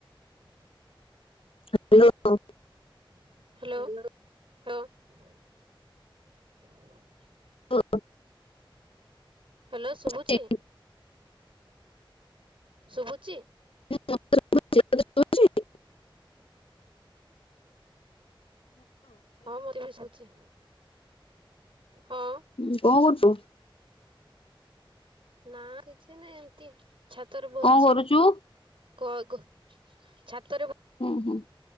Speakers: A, on the right; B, on the left.
A: <inaudible>
B: Hello.
A: Hello <unintelligible>
B: <unintelligible>
A: hello ଶୁଭୁଛି?
B: Hello
A: ଶୁଭୁଛି?
B: <unintelligible>
A: ହଁ ମତେ ଏବେ ଶୁଭୁଛି ହଁ।
B: ହୁଁ କଣ କରୁଛୁ?
A: ନା କିଛି ନାଇଁ ଏମତି ଛାତରେ ବସିଛି।
B: କଣ କରୁଛୁ
A: କଘ ଛାତରେ ବ
B: ହୁଁ ହୁଁ।